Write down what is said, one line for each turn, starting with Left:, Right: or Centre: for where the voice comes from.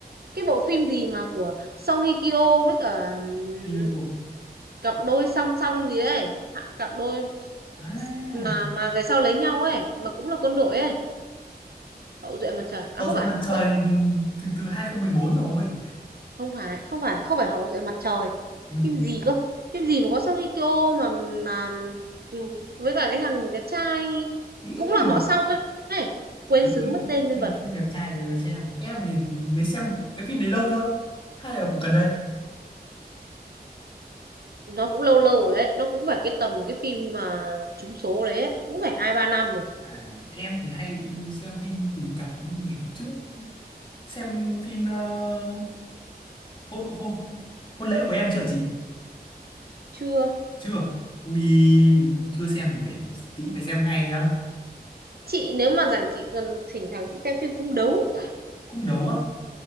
Right: cái bộ phim gì mà của Song Hye Kyo với cả ừm,
Left: đi cô
Right: cặp đôi song song gì đấy hạ cặp đôi
Left: à,
Right: mà mà về sau lấy nhau ấy mà cũng là quân đội ấy hậu duệ mặt trời à
Left: Hậu
Right: không
Left: duệ
Right: phải
Left: mặt trời
Right: không phải
Left: thì từ từ 2014 rồi
Right: không phải không phải không phải hậu duệ mặt trời
Left: ừ
Right: phim gì cơ phim gì mà có Song Hye Kyo mà mà ừm, với cả cái thằng đẹp trai
Left: Ý.
Right: cũng là họ Song ấy ấy. quên
Left: cứ
Right: xứ
Left: đi,
Right: mất tên nhân
Left: đi
Right: vật
Left: phim đẹp trai để mà xem em thì mới xem cái phim đấy lâu chưa hay là cũng gần đây
Right: nó cũng lâu lâu rồi ấy nó cũng phải cái tầm cái phim mà trúng số đấy ấy. cũng phải hai ba năm rồi
Left: à em thì hay xem phim tình cảm ngày trước xem phim ờ, hôn, hôn, hôn lễ của em chưa chị
Right: chưa
Left: chưa ui chưa xem thì phải tí phải xem ngay nhá
Right: chị nếu mà rảnh chị gần thỉnh thoảng chị xem phim cung đấu
Left: cũng đấu á